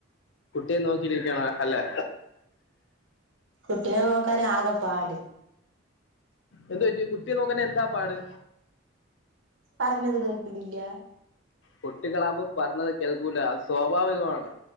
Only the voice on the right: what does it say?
കുട്ടിനെ നോക്കാൻ ആകെ പാട്
പറഞ്ഞത് കേക്കലില്ല